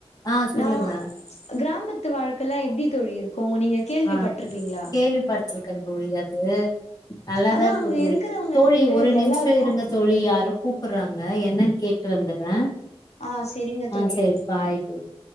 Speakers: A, on the left; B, on the left.
A: ஆ சொல்லுங்க
B: நா கிராமத்து வாழ்க்கல்லா எப்டி தோழி இருக்கு நீங்க கேள்விப்பட்டிருப்பீங்களா
A: ஆ கேள்விபட்டுருக்கே தோழி அது நல்லாதா
B: ஆனா
A: இருக்கு
B: அங்க
A: தோழி
B: இருக்கிறவங்களுக்கு
A: தோழி ஒரு நிமிஷோ
B: எல்லாருக்கு
A: இருங்க தோழி யாரும் கூப்புர்றாங்க என்னன்னு கேட்டு வந்தர்றே
B: ஆ செரிங்க
A: ஆ
B: தோழி
A: செரி பாய் தோழி